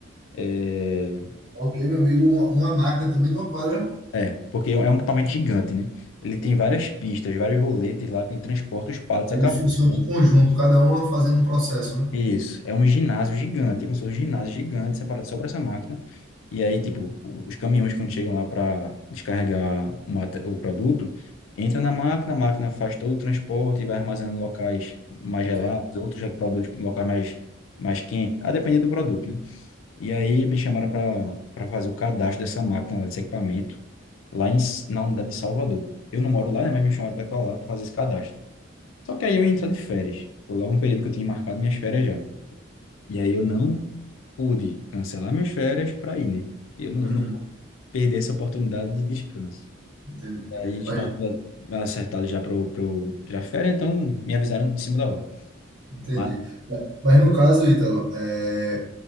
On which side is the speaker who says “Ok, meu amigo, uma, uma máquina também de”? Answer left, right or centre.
Right